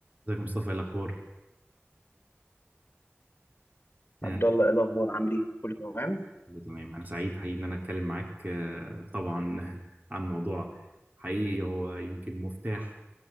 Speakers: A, on the right; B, on the left.
A: ازيك يا مصطفى ايه الاخبار آه،
B: عبد الله ايه الاخبار عامل ايه كله تمام
A: كله تمام انا سعيد حقيقي ان انا اتكلم معاك آه، طبعا <laughs> عن موضوع حقيقي هو يمكن مفتاح